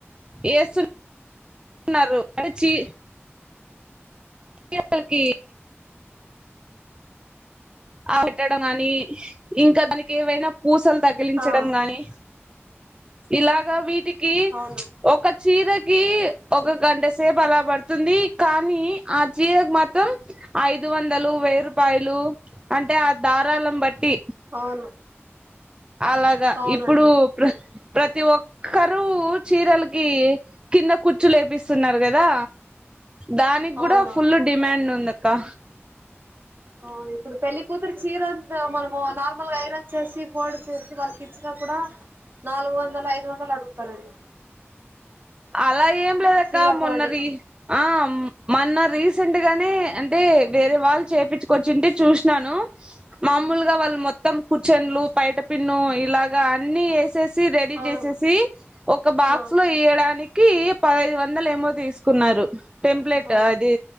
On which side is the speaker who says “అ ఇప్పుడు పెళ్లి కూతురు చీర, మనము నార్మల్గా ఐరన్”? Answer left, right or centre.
Right